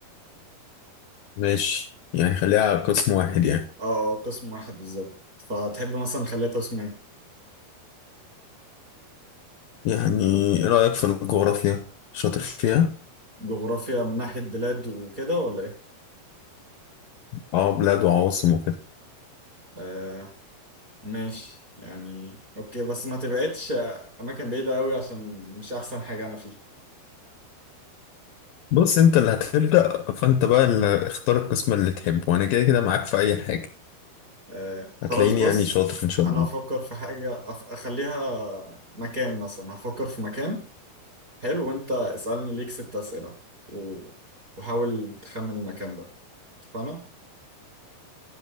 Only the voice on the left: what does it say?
ماشي يعني خليها على قسم واحد يعني
يعني ايه رأيك في الجغرافيا؟ شاطر فيها؟
اه بلاد وعواصم وكده
بص انت اللي هتبدأ فانت بقى اللي اختار القسم اللي تحبه وانا كده كده معاك في اي حاجة
هتلاقيني
يعني شاطر ان شاء
الله